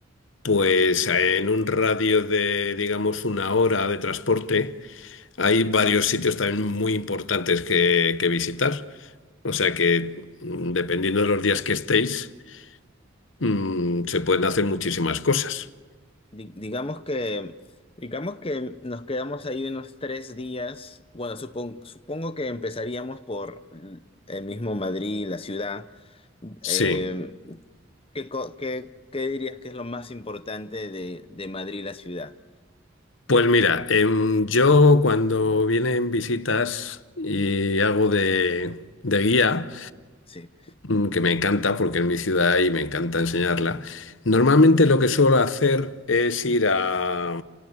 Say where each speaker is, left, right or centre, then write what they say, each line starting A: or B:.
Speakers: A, on the left; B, on the left.
A: pues en un radio de, digamos, una hora de transporte, hay varios sitios también muy importantes que, que visitar. O sea que, mm, dependiendo de los días que estéis, mm, se pueden hacer muchísimas cosas.
B: Di- Digamos que, digamos que nos quedamos ahí unos tres días. Bueno, supon- supongo que empezaríamos por mm, el mismo Madrid, la ciudad.
A: Sí.
B: Eh, ¿qué, co- qué- qué dirías que es lo más importante de, de Madrid, la ciudad?
A: Pues mira, em, yo cuando vienen visitas y hago de, de guía,
B: Sí,
A: mm, que me encanta porque en mi ciudad hay y me encanta enseñarla, normalmente lo que suelo hacer es ir a,